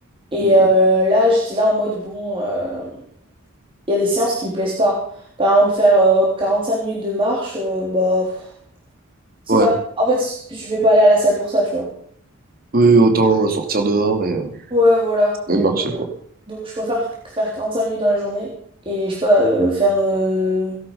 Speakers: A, on the right; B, on the right.
A: Et
B: Oui.
A: euh, là, j'étais là en mode, bon, euh, il y a des séances qui me plaisent pas. Par exemple, faire euh, cinq minutes de marche, euh, bah, pff, c'est
B: Ouais.
A: pas, en fait, je vais pas aller à la salle pour ça, tu vois.
B: Oui, autant sortir dehors et, euh,
A: Ouais, voilà. Donc,
B: et marcher, quoi.
A: Donc je préfère faire 45 minutes dans la journée et je sais pas, euh, faire euh,